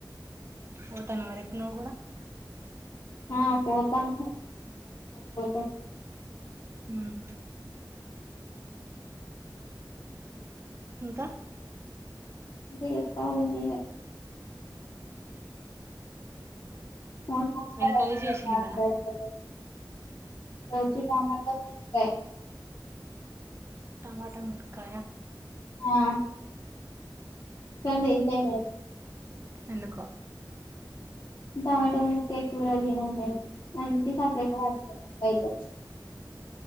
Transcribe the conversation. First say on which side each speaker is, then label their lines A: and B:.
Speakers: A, on the right; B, on the left.
A: పోతన్నవ మరి నువ్వు కుడా
B: ఆ పోతాం పోతాం
A: ఉమ్ ఇంకా
B: చెప్పాలి మీరే ఫోన్ మాట్లాడండి
A: కర్రీ చేసిల్లు
B: ఏం మాట్లాడకోలేదు
A: ఇవాళ
B: ఈ రోజు టమాటా ముల్కాయ
A: టమాటా మల్కాయా
B: ఆ కానీ తినలే మేము
A: ఎందుకో
B: టమాటా ములక్కాయ కూర తినం మేము అందుకే సప్పుడేక వాడుకున్నాం పైకి వచ్చి